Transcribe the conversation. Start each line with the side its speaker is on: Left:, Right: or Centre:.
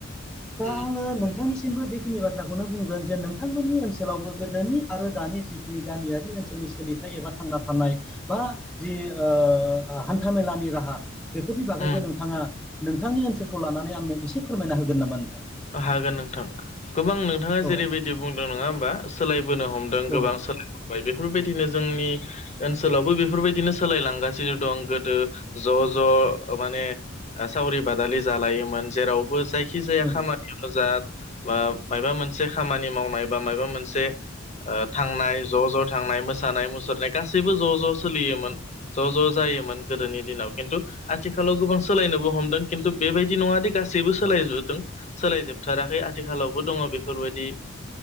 Centre: <unintelligible> दा
Left: उम
Centre: आङो नोंथांनि सिमबो बेखिनि बाथ्राखौनो बुंगोन जे नोंथांमोननि ओनसोलावबो गोदोनि आरो दानि जिखिनि गामियारि ओनसोलनि सोलिथाय एबा थांना थानाय बा जि ओ हान्थामेलानि राहा बेफोरनि बागैबो
Left: उम
Centre: नोंथाङा नोंथांनि ओनसोलखौ लानानै आंनो इसे फोरमायना होगोन नामा नोंथां
Left: हागोन नोंथां गोबां नोंथाङा
Centre: औ
Left: जेरैबायदि बुंदों नङा होमबा सोलायबोनो हम ओं
Centre: औ
Left: गोबां
Centre: नंगौ
Left: सोलाय बोबाय बेफोरबायदिनो जोंनि ओनसोलावबो बेफोरबायदिनो सोलायलांगासिनो दं गोदो ज' ज' माने ओ सावरि बादालि जालायोमोन जेरावबो जायखि जाया
Centre: नंगौ
Left: खामा <unintelligible> जात बा माबा मोनसे खामानि मावनाय बा माबा मोनसे ओ थांनाय ज' ज' थांनाय मोसानाय मुसुरनाय गासैबो ज' ज' सोलियोमोन ज' ज' जायोमोन गोदोनि दिनाव खिन्थु आथिखालाव गोबां सोलायनोबो हमदों खिन्थु बेबायदि नङादि गासैबो सोलायजोबदों। सोलायजोबथाराखै आथिखालावबो दङ' बेफोर बादि